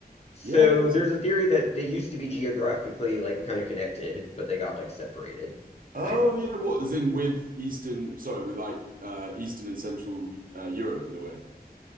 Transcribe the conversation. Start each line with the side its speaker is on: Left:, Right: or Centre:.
Left: So
Right: Yeah, no, that's.
Left: there's a theory that they used to be geographically like kind of connected, but they got like separated.
Right: Oh
Left: I
Right: yeah, what is in with Eastern? Sorry, with like uh Eastern and Central uh, Europe in a way.